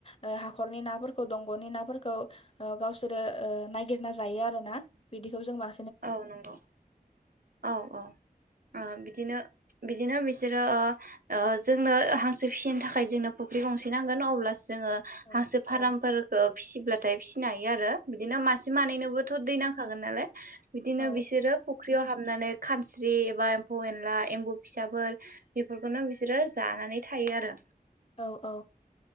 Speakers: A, on the left; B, on the right.
A: ओ हाखरनि नाफोरखौ दंग'नि नाफोरखौ ओ गावसोरो ओ नायगिरना जायो आरो ना बिदिखौ जों मा
B: औ नंगौ औ औ बिदिनो बिदिनो जेरै जोंनो हांसो फिसिनो थाखाय जोंनो फुख्रि गंसे नांगोन अब्ला जोङो
A: औ
B: हांसो फारामफोरखौ
A: औ
B: फिसिब्लाथाय फिसिनो हायो आरो बिदिनो मासे मानैनोबोथ' दै नां थागोन नालाय बिदिनो
A: औ
B: बिसोरो फुख्रियाव हाब नानै खानस्रि एबा एम्फौ एनला एम्बु फिसाफोर बेफोरखौनो बिसोरो जानानै थायो आरो
A: औ औ